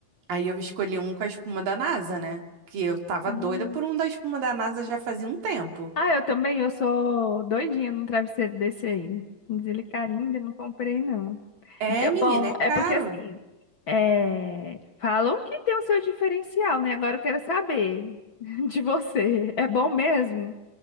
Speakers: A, on the right; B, on the left.
A: Aí eu escolhi um com a espuma da NASA, né? Que eu tava
B: Ah,
A: doida por um da espuma da NASA já fazia um tempo.
B: Ah, eu também, eu sou doidinha num travesseiro desse aí. Mas ele carinho ainda não comprei, não.
A: É,
B: É,
A: menina,
B: Bom,
A: é caro.
B: é porque assim, é, falam que tem o seu diferencial, né? Agora eu quero saber <laughs> de você. É bom mesmo? O